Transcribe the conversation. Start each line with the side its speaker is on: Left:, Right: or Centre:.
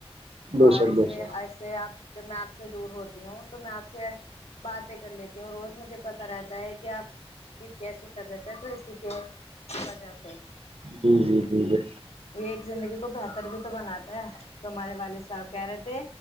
Right: بے
Left: اور
Right: شک
Left: اسے
Right: بے شک
Left: ایسے آپ جب میں آپ سے دور ہوتی ہوں تو میں آپ سے باتیں کر لیتی ہوں روز مجھے پتا رہتا ہے کہ آپ کس کیسی طبیعت ہے تو اسی کے وجہ سے
Right: جی جی جی بال
Left: یہ ایک زندگی کو بہتر بھی تو بناتا ہے تومارے والد صاحب کہہ رہے تھے